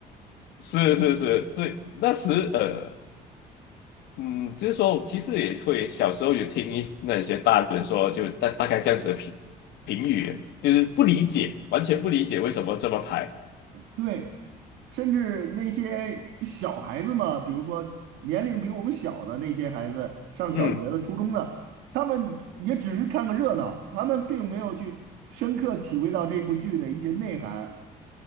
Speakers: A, on the left; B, on the right.
A: 是是是，所以那时呃。嗯，就是说，其实也会小时候有听一那些大人说，就大大概这样子的评评语，就是不理解，完全不理解为什么这么排。
B: 对，甚至那些小孩子嘛，比如说年龄比我们小的那些孩子，上小学的、
A: 嗯，
B: 初中的，他们也只是看个热闹，他们并没有去深刻体会到这部剧的一些内涵。